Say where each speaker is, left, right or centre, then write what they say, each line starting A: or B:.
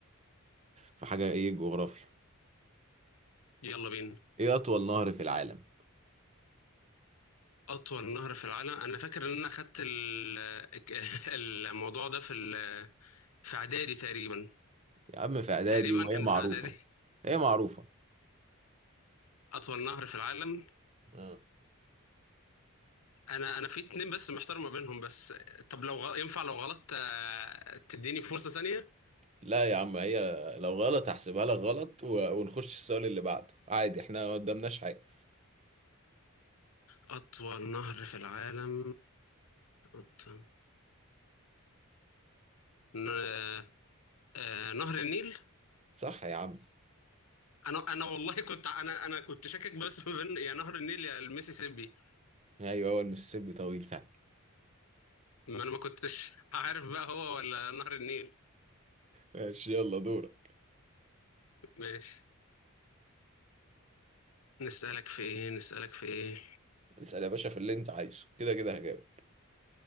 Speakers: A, on the right; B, on the left.
A: في حاجة إيه جغرافيا
B: يلا بينا
A: إيه أطول نهر في العالم
B: اطول نهر في العالم انا فاكر ان انا اخدت ال- <laughs> الموضوع ده في ال- في اعدادي تقريبا
A: يا عم في إعدادي
B: تقريبا
A: وهي
B: كان
A: معروفة
B: في اعدادي
A: هي معروفة
B: اطول نهر في العالم
A: آه.
B: انا انا في اتنين بس محتار ما بينهم بس طب لو غ... ينفع لو غلطت آه، تديني فرصة تانية
A: لا يا عم هي لو غلط هحسبها لك غلط و- ونخش السؤال اللي بعده عادي احنا ما قدامناش حاجة
B: اطول نهر في العالم أطول... ن... آه، آه، نهر النيل
A: صح يا عم
B: انا انا والله كنت انا انا كنت شاكك بس ما بين يا نهر النيل يا الميسيسيبي
A: ايوه هو المسيسيبي طويل فعلا
B: ما انا ما كنتش عارف بقى هو ولا نهر النيل
A: ماشي يلا دورك
B: ماشي نسألك في ايه نسألك في ايه
A: اسأل يا باشا في اللي انت عايزه كده كده هجاوب